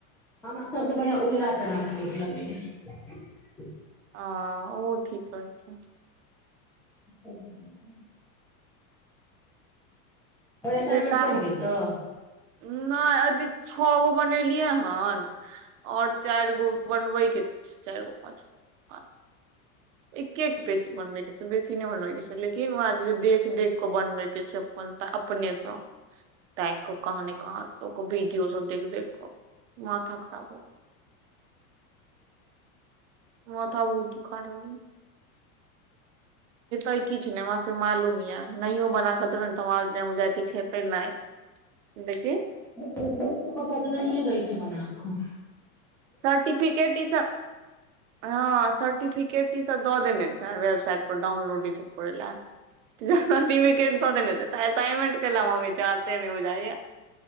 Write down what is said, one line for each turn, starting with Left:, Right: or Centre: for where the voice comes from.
Centre: हमरा सभसँ बढ़िआँ उजरा चना नीक लगैएा
Right: आ ओ ठीक रहै छै
Centre: ओ त ब असाइनमेंट
Right: फेर कहाबू
Centre: बनि गेल तऽ
Right: नहि य छओ गो बनेलियै हन और चारि गो बनबे के चार गो पाच हँ एक एक पेज बनबैके छै बेसी नहि बनबैके छै लेकिन ओ आज जे देख देख के बनबैके छै जप अपनेसँ त क कहाँ ने कहाँ सब वीडियो सब देख देख क माथा खराब ह
Centre: ह
Right: माथा बहुत दुखा रहल औय किछु नहि वहाँ से मालूम य नहियो बना के देबै ने तोजा किछु हेतै नहि लेकिन
Centre: ब बथ तऽ नहि अ दै छै बने आखो
Right: सर्टिफिकेट ई हँ सर्टिफिकेट दऽ देने छ वेबसइट पर डाउनलोड ई सब करै ल सर्टिफिकेट दऽ देने छै त असाइनमेंट के मंगे छै से नहि बुझाइया